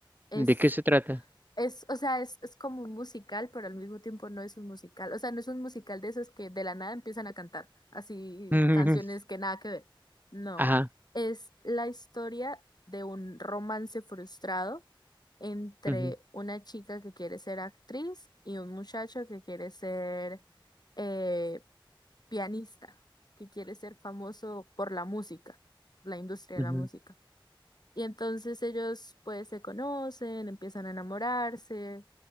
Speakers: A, on the left; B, on the right.
A: Es
B: ¿De qué se trata?
A: Es, o sea, es, es como un musical, pero al mismo tiempo no es un musical. O sea, no es un musical de esos que de la nada empiezan a cantar, así
B: Ujú.
A: canciones que nada que ver. No,
B: Ajá.
A: es la historia de un romance frustrado entre
B: Ujú,
A: una chica que quiere ser actriz y un muchacho que quiere ser eh, pianista, que quiere ser famoso por la música, la industria
B: ujú,
A: de la música. Y entonces ellos pues se conocen, empiezan a enamorarse,